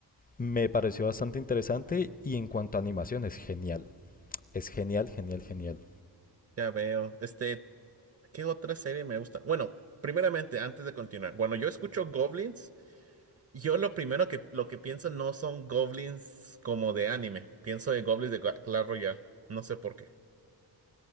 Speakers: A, on the left (about 20°); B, on the right (about 35°).
A: me pareció bastante interesante y en cuanto a animación es genial. Es genial, genial, genial.
B: Ya veo. Este, ¿qué otra serie me gusta? Bueno, primeramente, antes de continuar, cuando yo escucho Goblins, Yo lo primero que, lo que pienso no son goblins como de anime. Pienso en goblins de Cla- Clash Royale. No sé por qué.